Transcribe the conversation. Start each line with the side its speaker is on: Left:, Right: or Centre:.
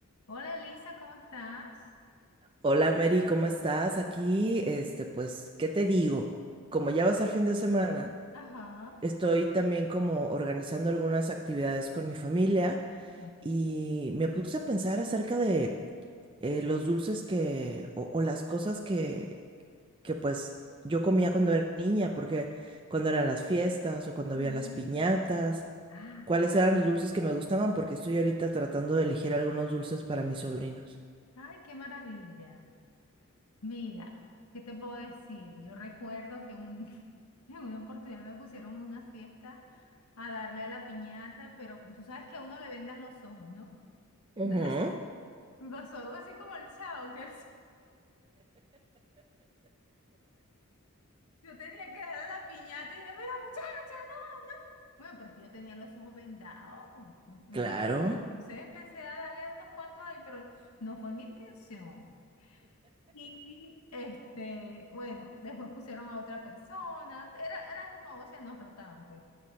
Left: Hola Elisa, ¿cómo estás?
Right: Hola Mary, ¿cómo estás? Aquí, este, pues, ¿qué te digo? Como ya va a ser fin de semana,
Left: Ajá.
Right: estoy también como organizando algunas actividades con mi familia
Left: Ok.
Right: y me puse a pensar acerca de eh, los dulces que, o, o las cosas que, que pues yo comía cuando era niña, porque cuando eran las fiestas o cuando
Left: Ujú.
Right: había las piñatas,
Left: Ah,
Right: cuáles eran los dulces que me gustaban, porque estoy ahorita tratando de elegir algunos dulces para mis sobrinos.
Left: ay, qué maravilla. Mira, ¿qué te puedo decir? Yo recuerdo que un- <laughs> en una oportunidad me pusieron a una fiesta a darle a la piñata, pero tú sabes que a uno le vendan los ojos, ¿no? <laughs>
Right: Ujú,
Left: Pasó algo así como el chavo, que el <laughs> ch- yo tenía que darle a la piñata y dije, mira, muchacha. Bueno, pero es que yo tenía los ojos vendados. Mm, mm.
Right: claro.
Left: Entonces empecé a darle a unos cuantos ahí, pero no fue mi intención. Y este, bueno, después pusieron a otra persona. Era, era como, o sea, nos rotaban, pues.